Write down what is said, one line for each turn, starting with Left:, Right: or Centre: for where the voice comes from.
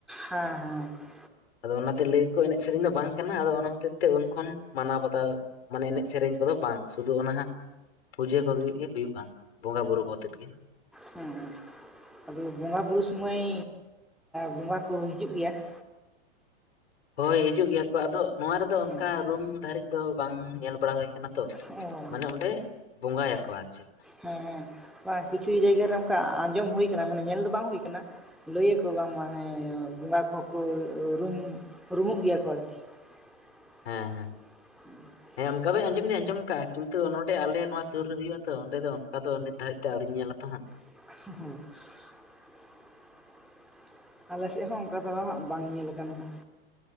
Centre: ᱦᱮᱸ ᱦᱮᱸ
Left: ᱟᱫᱚ ᱚᱱᱟᱛᱮ ᱞᱟᱹᱭ ᱟᱠᱚ ᱮᱱᱮᱡ ᱥᱮᱨᱮᱧ ᱫᱚ ᱵᱟᱝ ᱠᱟᱱᱟ ᱟᱫᱚ ᱚᱱᱟ ᱦᱚᱛᱮᱡ ᱛᱮ ᱩᱱ ᱠᱷᱚᱱ ᱢᱟᱱᱟᱣ ᱵᱟᱛᱟᱣ ᱢᱟᱱᱮ ᱮᱱᱮᱡ ᱥᱮᱨᱮᱧ ᱠᱚᱫᱚ ᱵᱟᱝ ᱥᱩᱫᱷᱩ ᱚᱱᱟ ᱦᱟᱸᱜ ᱯᱩᱡᱟᱹ ᱠᱚ ᱞᱟᱹᱜᱤᱫ ᱜᱤ ᱦᱩᱭᱩᱜᱼᱟ ᱵᱚᱸᱜᱟ ᱵᱩᱨᱩ ᱠᱚ ᱟᱛᱮᱫ ᱜᱮ
Centre: ᱦᱮᱸ᱾ ᱟᱫᱚ ᱵᱚᱸᱜᱟ ᱵᱩᱨᱩ ᱥᱩᱢᱚᱭ ᱵᱚᱸᱜᱟ ᱠᱚ ᱦᱤᱡᱩᱜ ᱜᱮᱭᱟ? <unintelligible>
Left: ᱦᱳᱭ ᱦᱤᱡᱩᱜ ᱜᱮᱭᱟ ᱠᱚ ᱟᱫᱚ ᱱᱚᱣᱟ ᱨᱮᱫᱚ ᱚᱱᱠᱟ
Centre: ᱚ
Left: ᱨᱩᱢ ᱫᱷᱟᱹᱨᱤᱡ ᱫᱚ ᱵᱟᱝ ᱧᱮᱞ ᱵᱟᱲᱟ <unintelligible> <unintelligible>
Centre: ᱚ
Left: ᱢᱟᱱᱮ ᱚᱸᱰᱮ ᱵᱚᱸᱜᱟᱭᱟᱠᱚ ᱟᱨ ᱪᱮᱫ
Centre: ᱦᱮᱸ ᱦᱮᱸ᱾ ᱵᱟᱝ ᱠᱤᱪᱷᱩ ᱡᱟᱭᱜᱟ ᱨᱮ ᱚᱱᱠᱟ ᱟᱸᱡᱚᱢ ᱦᱩᱭ ᱟᱠᱟᱱᱟ ᱢᱟᱱᱮ ᱧᱮᱞ ᱫᱚ ᱵᱟᱝ ᱦᱩᱭ ᱟᱠᱟᱱᱟ ᱞᱟᱹᱭ ᱟᱠᱚ ᱵᱟᱝ ᱢᱟ ᱦᱮᱸ <unintelligible> ᱵᱚᱸᱜᱟ ᱠᱚᱦᱚᱸ ᱠᱚ <unintelligible> ᱨᱩᱢᱩᱜ ᱜᱮᱭᱟ ᱠᱚ ᱟᱨᱠᱤ <unintelligible>
Left: ᱦᱮᱸ ᱦᱮᱸ᱾ ᱦᱮᱸ ᱚᱱᱠᱟ ᱫᱚ ᱟᱡᱚᱢ ᱫᱩᱧ ᱟᱡᱚᱢ ᱠᱟᱜᱟ ᱠᱤᱱᱛᱩ ᱱᱚᱰᱮ ᱟᱞᱮ ᱱᱚᱣᱟ ᱥᱩᱨ ᱨᱮ ᱦᱩᱭᱩᱜᱼᱟ ᱛᱚ ᱚᱸᱰᱮ ᱫᱚ ᱚᱱᱠᱟ ᱫᱚ ᱱᱤᱛ ᱫᱷᱟᱨᱤᱡ ᱛᱮ ᱟᱹᱣᱤᱧ ᱧᱮᱞ ᱟᱛᱚ ᱦᱟᱸᱜ
Centre: <unintelligible> ᱟᱞᱮ ᱥᱮᱫ ᱦᱚᱸ ᱚᱱᱠᱟ ᱫᱚ ᱦᱟᱸᱜ ᱵᱟᱝ ᱧᱮᱞ ᱟᱠᱟᱱᱟ ᱦᱟᱸᱜ